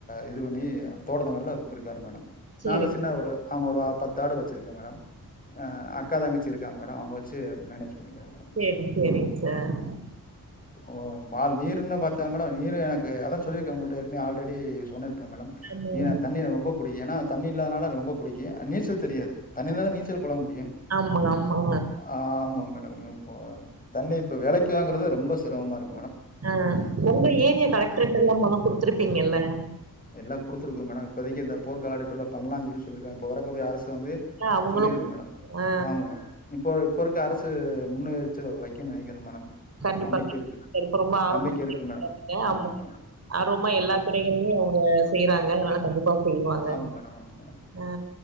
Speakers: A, on the left (about 25°); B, on the right (about 45°).
A: இது இது பண்ணி தோட்டத்துங்கல்ல விற்க்கார் மேடம்
B: சேரி
A: நாங்க சின்ன ஒரு ஆமா ஒரு ஆப் பத்தாடு வச் சிருக்கோ மேடம் அ அக்கா தங்கச் சிருக்காங் மேடம் அவ்ங்க வெச்சி மேனேஜ் பண்ணிக்கிறேன் மேடம்
B: சேரி சேரிங் சார்
A: ஓ பால் நீருன்னு பாத்தா மேடம் நீரு எனக்கு அதா சொல்லிர்க்கே உங் ட்ட ஆல்ரெடி சொன்னிர்க் க மேடம்
B: ஆமா
A: நீ நா தண்ணி எனக் ரொம்ப புடிக் ஏனா தண்ணி இல்லாதானால ரொம்போ புடிக்கு நீச்ச ல் தெரியாது தண்ணில தா நீச்சல் பழக முடியு
B: ஆமா ஆமா
A: ஆமா மேட ம் <unintelligible> போ தண்ணி இப்போ வெலக்கி கி வாங்கறது ரொம்ப சிரமமா இருக்
B: ஆ உங்க ஏரியா கலெக்ட்ரெட்டல்லா மனு குடுத்ரு பிங்கல்ல
A: எல்லா குடுத்துருக்கு மேடோ இப்போதைக்கு எந்த போர்க்கால அடிப்பட்ல பண்லா சொல்லி சொல்லிருக்காங் இப்ப வரக்கூடிய அரசு வந்து
B: அவங்களு
A: சொல்லிருக்கு மேடோ
B: ஆ
A: ஆமா இப்ப இப்பருக்க அரசு து முன்னயாச்சு வக்காக்ஷஷஷஷஷ்யரவைக்கும் நெனக்கணுமா மேடம்
B: கண்டிப்பா
A: நம்பிக்கை
B: கண்
A: இருக்கு
B: இப்ப இருக்கரமா ஆர்வமா
A: நம்பிக்கை
B: <unintelligible>
A: இருக்கு
B: இருக்க
A: மேடம்
B: ஆமா
A: மேடம்
B: ஆர்வமா எல்லா துறைகளயு செய்யறாங்க ஆனா கண்டிப்பா செய்வாங்க
A: ஆமா மேடம் ஆமா மேடம்
B: ஆ